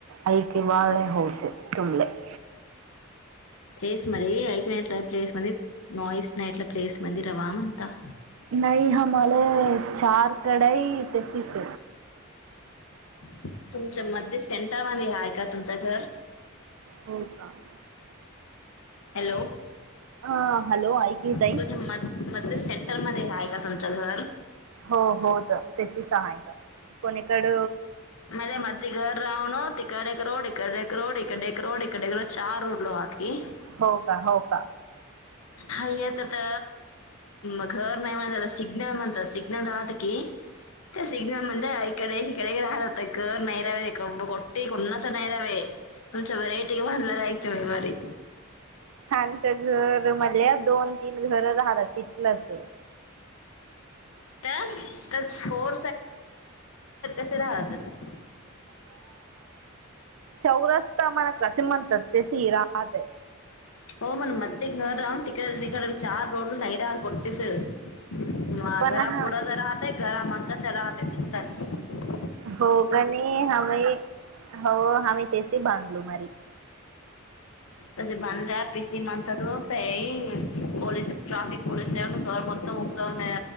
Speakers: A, on the right; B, on the left.
A: अईक बाळ हो तुमले <inaudible>
B: तेच नाही ऐकण्यात नाहीट प्लेस म वाईस नाहीटला प्लेस मध्ये रवामंता
A: नाही हमला चार कढई <unintelligible> तेसस
B: <inaudible> तुमच्या मध्ये सेंटरमध्ये हाय का तुमचं घर
A: हो का <inaudible>
B: हॅलो
A: हा हॅलो ऐकली ताई
B: त म सेंट <inaudible> <inaudible> सेंटरमध्ये आहे का तुमचं घर
A: हो हो तर त्याची सायंकाळी कोणीकड
B: म <unintelligible> मध घर रावण तिकाड एकरोड इकडे एक रोड इकडे एक रोड इकडे चार रोडो हात की <inaudible>
A: होका होका
B: हय <unintelligible> येत आता घर नाही म्हला सिग्नल म्हणत सग् नोड <unintelligible> हतकी त्या सिग्नल म्हणजे इकडेकडे राहतात घर नाहीरावे गटे कोणाचा नाहीरावे <unintelligible> तुमच्या व्हरायटी बधलालायते ममारी
A: आचं <unintelligible> घर मधल्या दोन तीन घर राहिल तिथलंच
B: त्यातच हो <inaudible>
A: चौरस्त मन क्रसिमंत ते सीराात <unintelligible>
B: हो मन मध घर तिकडघड चार रोडल नैरा कोटतीस <unintelligible> म
A: पण
B: घरा
A: हा
B: पुडा तर राहतय घरा मंगाच राहत तकाच <inaudible>
A: होगणे <unintelligible> हम हो हम तेसे बांधलू मारी
B: अज <unintelligible> बंदल्या पि स मंतर पई पोोलस ट्राफिक पोोलस लव तर बत ग <unintelligible>